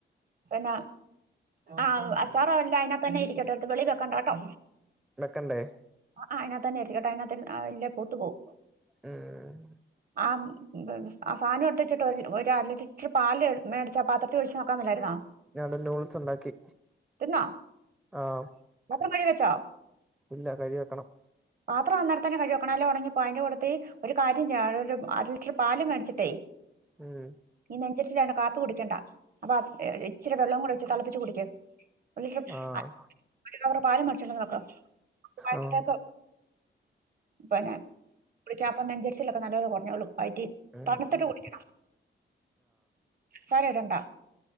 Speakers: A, on the right; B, in the centre.
A: പിന്നെ ആ് അച്ചാറെല്ലാം അതിനക തന്നെ ഇരിക്കട്ടെ അടുത്ത് വെളി വെക്കണ്ടാട്ടോ
B: വെക്കണ്ടേ
A: ആ അതിനകത്തന്നെ എരിക്കട്ടെ അതിനകത്ത അല്ലെ പൂത്തു പോകും
B: ഉം
A: ആ ആ സാധന എടുത്തിച്ചിട്ട് ഒരു അര ലിറ്റർ പാല് മേടിച്ച പാത്രത്തിൽ ഒഴിച്ച് നോക്കാൻ മേല്ലായിരുന്നോ
B: ഞാൻ ഇന്ന് നൂഡിൽസ് ഉണ്ടാക്കി
A: തിന്നോ
B: ആഹ
A: പാത്രം കഴുകി വെച്ചോ
B: ഇല്ല കഴ്‌വി വെക്കണം.
A: പാത്രം അന്നേരത്തന്നെ കഴ്‌വിവെക്കണം അല്ലെ ഉണങ്ങിപ്പോ അതിന്റെ കൂടുത്തി ഒരു കാര്യം ചെയ്യ അ റ്റർ പാൽ മേടിച്ചിട്ടേ
B: ഉം
A: നെഞ്ചരിച്ചലാണെ കാപ്പി കുടിക്കണ്ട അപ്പൊ ഇച്ചിരി വെള്ളം കൂടി വെച്ച് തിളപ്പിച്ച് കുടിക്ക് ഒരുലിറ്റ്ർ
B: ആഹ്
A: അ ഒരു കവറ് പാല് മേടിച്ചിണ്ട് വന്നുവക്ക
B: ആഹ്
A: പിന്നെ കുളിക്കാപ്പൊനെഞ്ചരിച്ചിലൊക്കെ നല്ലപോലെ കുഞ്ഞോള്ളും വൈറ്റ് ടീ
B: ഉം
A: തണുത്തിട്ട് കുടിക്കണം സാര ഇടണ്ടാ